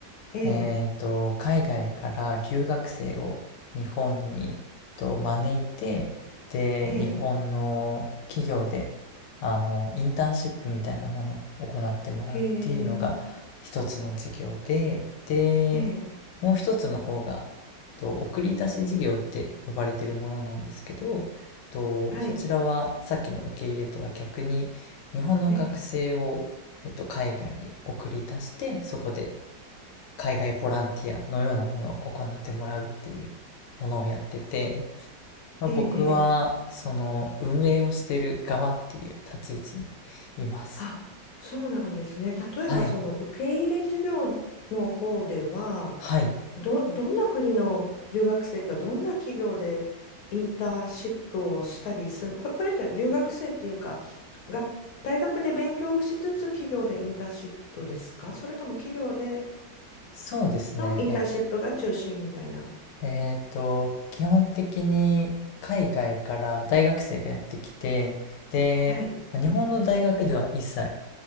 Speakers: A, on the left (about 65°); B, on the left (about 80°).
A: ええ、
B: えっと、海外から留学生を日本にと招いて、で、
A: ええ、
B: 日本の企業で、あの、インターンシップみたいなものを行ってもらうっていうのが一つの事業で、
A: へえ、
B: で、
A: ええ、
B: もう一つの方が、と、送り出し事業って呼ばれてるものなんですけど、と、
A: はい、
B: そちらはさっきの受け入れとは逆に、日本の学生を、
A: ええ、
B: えっと、海外に送り出して、そこで海外ボランティアのようなものを行ってもらうっていうものをやってて、まあ、
A: ええ、
B: 僕はその運営をしてる側っていう立ち位置
A: ええ
B: にいます。
A: あ、そうなんですね。例えば、
B: はい。
A: その受け入れ事業の方では、
B: はい。
A: ど、どんな国の留学生がどんな企業でインターンシップをしたりする、これ、これって留学生っていうか、が、大学で勉強しつつ企業でインターンシップですかそれとも企業で
B: そうですね。
A: のインターンシップが中心みたいな。
B: え、えーと、基本的に海外から大学生がやってきて、で、
A: はい。
B: まあ日本の大学では一切